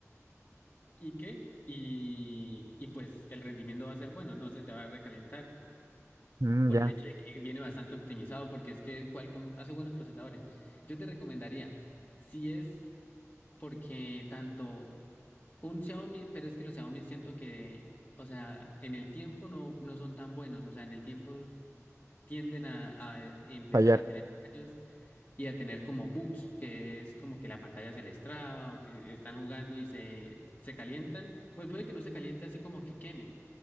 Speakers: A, on the left; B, on the right.
A: ¿Y qué? Y, y pues el rendimiento va a ser bueno, no se te va a recalentar
B: Mm,
A: por
B: ya,
A: el hecho de que viene bastante optimizado, porque es que Qualcomm hace buenos procesadores. Yo te recomendaría, si es porque tanto un Xiaomi, pero es que los Xiaomi siento que, o sea, en el tiempo no, no son tan buenos, o sea, en el tiempo tienden a, a, eh, empezar
B: fallar.
A: a tener fallos y a tener como bugs, que es como que la pantalla se les traba o que están jugando y se, se calientan. Pues puede que no se caliente así como que quemen,